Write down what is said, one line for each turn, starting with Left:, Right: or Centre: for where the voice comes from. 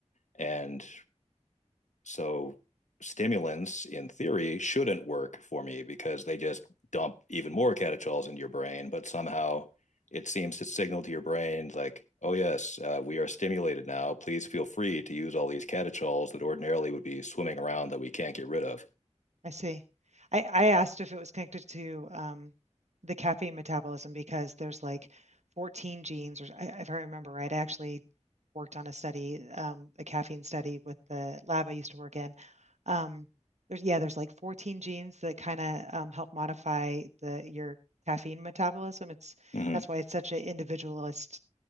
Left: And so stimulants in theory shouldn't work for me because they just dump even more catechols into your brain, but somehow it seems to signal to your brain like, oh yes, uh, we are stimulated now. Please feel free to use all these catechols that ordinarily would be swimming around that we can't get rid of.
Right: I see. I, I asked if it was connected to um, the caffeine metabolism because there's like 14 genes, or I- if I remember right, I actually worked on a study, um, a caffeine study with the lab I used to work in. Um, there's, yeah, there's like 14 genes that kind of um, help modify the your caffeine metabolism. It's
Left: Mm-hmm.
Right: that's why it's such an individualist,